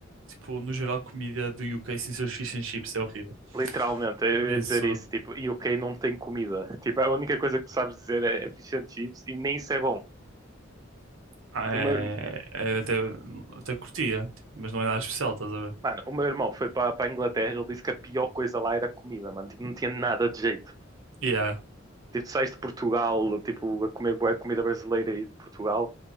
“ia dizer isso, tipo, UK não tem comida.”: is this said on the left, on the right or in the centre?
Right